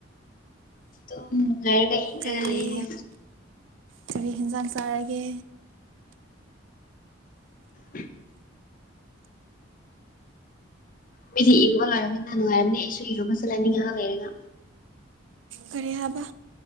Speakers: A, on the left (about 45°); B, on the right (about 75°).
A: ꯑꯗꯨꯝ ꯂꯩꯔꯒ ꯍꯤꯡꯂꯒ
B: ꯀꯔꯤ
A: ꯂꯩꯌꯦ
B: ꯀꯔꯤ ꯍꯦꯟꯖꯥꯡ ꯆꯥꯔꯒꯦ
A: ꯎꯝ <unintelligible> ꯃꯤꯗꯤ ꯏꯔꯨꯕ ꯂꯣꯏꯔꯕꯅꯤꯅ ꯅꯨꯡꯉꯥꯏꯔꯝꯅꯦ ꯑꯩꯁꯨ ꯏꯔꯨꯕ ꯆꯠꯂꯅꯤ ꯉꯥꯏꯍꯥꯛ ꯂꯩꯔꯒ
B: ꯀꯔꯤ ꯍꯥꯏꯕ